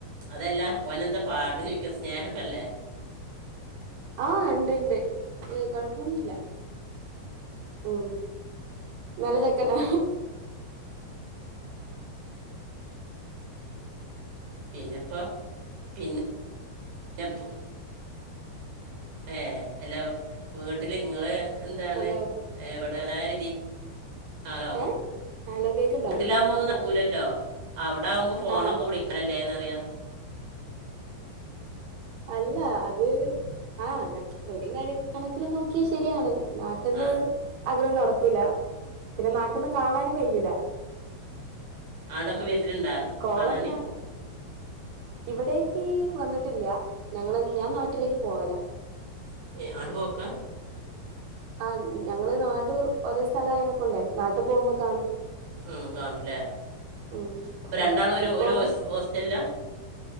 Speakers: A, on the right (about 50°); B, on the right (about 80°).
A: അതല്ല ഓനന്താ ചോദിക്ക സ്നേഹക്കല്ലേ
B: ആ ഇ ണ്ട് ഇണ്ട് ഏ കൊഴപ്പൊന്നുമില്ല ഉം നല്ല ചക്കനാ
A: പിന്നെപ്പൊ പിന്നെ പ്പ ഏ എല്ലാം വീട്ടില് നിങ്ങള് എന്താണ്
B: ഹലോ
A: <unintelligible>
B: ഏ ഹലോ കേക്കുണ്ടോ
A: വീട്ടിലാകുമ്പോ ഒന്നും
B: ആ
A: നടക്കില്ലല്ലോ
B: പറ
A: അവിട ആകുമ്പോ ഫോണൊക്കെ
B: ആ
A: വിളിക്കല്ലേന്നറിയാം
B: അല്ല അ ത് ആ അകാ ഒരു കരക്കണക്കില് നോക്കിയാൽ ശരിയാണ് നട്ടൊന്നു
A: ആ
B: അങ്ങനെന്നും നടക്കൂല്ല പിന്നെ നാട്ടെന്ന് കാണാനും കഴിയുല്ലാ
A: ഉംആടൊക്കെ വീട്ടുണ്ടാ
B: കോളന്നാണ്
A: കാണാന്
B: ഇവിടേക്ക് വന്നിട്ടില്ല ഞങ്ങള് ഞാൻ നാട്ടിലേക്ക് പോവലാ
A: <unintelligible>
B: ആ ഞങ്ങള് നാട് ഒരേ സ്ഥലം ആയനൊക്കെണ്ടേ നാട്ടി പോകുമ്പോ കാണും
A: ഉം കാണൂല്ലേ
B: ഉം
A: അപ്പൊ രണ്ടാളും
B: ഉം
A: ഒരു
B: ഇപ്പം
A: ഒരു ഹോസ്റ്റലിലാ